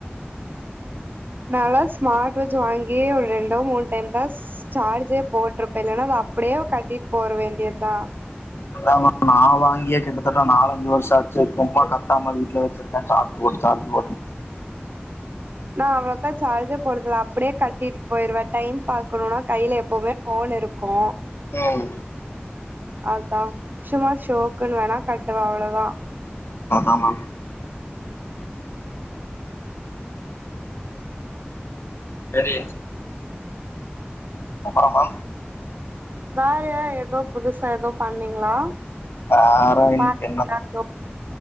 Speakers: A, on the right; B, on the left.
A: நாளா ஸ்மார்ட் வாட்ச் வாங்கியே ஒரு ரெண்டோ மூண் டைம்தாஸ் சார்ஜே போட்டிருப்ப இல்லன்னா அத அப்டியே கட்டிட் போற வேண்டியதுதா
B: <unintelligible> நா வாங்கியே கிட்டத கிட்டதட்ட நாலஞ்சு வருஷ ஆச்சு சும்மா காட்டாம வீட்ல வச்சிருக்க சார்ஜ் போட்டு சார்ஜ் போ
A: நா அவ்வளவுக்கா சார்ஜர் போடுறதுல அப்டியே கட்டிட்டுப் போய்ருவே டைம் பாக்கணும்னா கைல எப்பவுமே போன் இருக்கு
B: ம்
A: அதான் சும்மா ஷோக்குன்னு வேணா கட்டுவன் அவ்வளவுதான்
B: ஆமாம் சரி அப்றம்மா
A: வேற ஏதோ புதுசா ஏதோ பண்ணீங்களா
B: <unintelligible>
A: பாத்தீங்களா ஏதோ